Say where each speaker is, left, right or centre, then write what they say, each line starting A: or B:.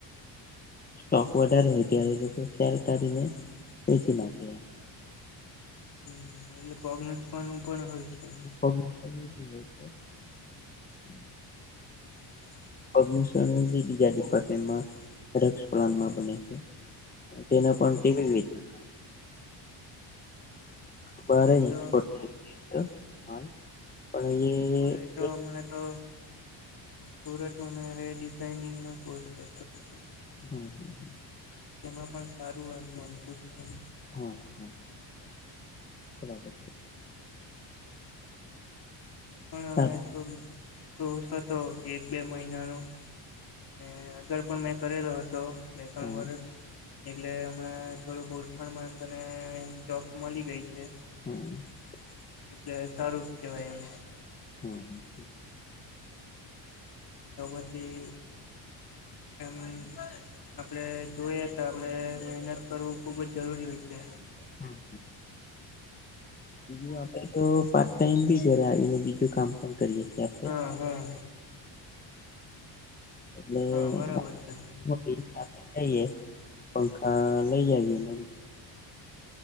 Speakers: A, on the left; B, on the left.
A: સ્ટોક વધારે હોય ત્યારે એ લોકો સેલ કાઢીને વેચી નાખે એમ.
B: હમ્મ એટલે પગલૂછનિયુ પણ હોય છે એમ.
A: <unintelligible>
B: હમ્મ.
A: પગલુછણિયું બી બીજા ડિપાર્ટમેન્ટમાં <unintelligible> પ્લાન્ટમાં બને છે. તેના પણ ટીવી <unintelligible>
B: <unintelligible>
A: બારે
B: મેં તો
A: એકસપોર્ટ થાય <unintelligible> માલ પણ
B: મારે
A: એ
B: તો મને તો સુરતમાં મે ડિઝઇનિંગ નો કોર્સ કરતો છું.
A: હમ્મ.
B: તેમાં પણ સારું એમ મલતું છે એમ.
A: હા હા બરાબર છે.
B: પણ
A: સારું
B: હવે <unintelligible> કોર્સ હતો એક બે મહિનાનો ને આગળ પણ મેં કરેલો હતો. બે ત્રણ
A: હા
B: વરસ. એટલે હમણાં થોડુક ઓળખાણમાં એમ મને જોબ મલી ગઈ છે.
A: <unintelligible>
B: એટલે સારું કહેવાય એમ.
A: હમ્મ.
B: તો પછી એમ. આપડે જોઈએ તો આપડે મહેનત કરવું ખુબ જ જરૂરી હોય છે.
A: હમ્મ. બીજું આપણે તો પાર્ટ ટાઈમ બી ઘરે આવીને બીજું કામ પણ કરીએ છીએ આપણે.
B: હા
A: <unintelligible>
B: હા
A: એટલે
B: હા બરાબર
A: <unintelligible>
B: છે
A: આપણે જઈએ પંખા લઈ આવીએ <unintelligible>